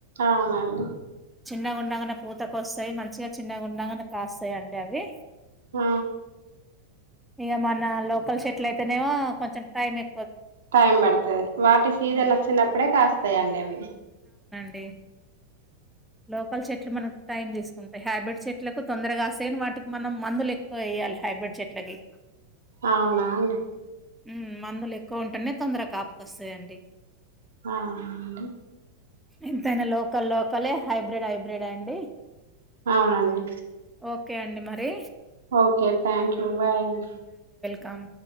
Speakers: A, on the right (about 65°); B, in the centre.
A: అ అండి
B: చిన్నగాండగానే పూతక వస్తాయి మంచిగా చిన్నగాగుండగానే కాస్తాయి అండి అవి
A: హ
B: ఇక మన లోకల్ షెట్లు అయితేనేమో కొంచెం టైం ఎ
A: టైం పడుతుది వాటి సీజన్
B: హ్మ్.
A: వచ్చినప్పుడే కాస్తాయిండి అవి
B: బ లోకల్ చెట్లు మనకు టైం తీసుకుంటాయి హైబ్రిడ్ చెట్లకు తొరగాస్తేయని వాటికి మనం మందులు ఎక్కువ అయ ల్ హైబ్రిడ్ చెట్లకి
A: అవునా అండి
B: మ్మ్ మందులు ఎక్కువ ఉంటానే తొందరగా కాపకొస్తాయంండి
A: ఆ అవునండి
B: ఎంతైనా లోకల్ లోకలే హైబ్రిడ్ హైబ్రిడ్ అండి
A: అవునండి
B: ఓకే అండి మరి
A: ఓకే థ్యాంక్ యూ బాయ అండి
B: కమ్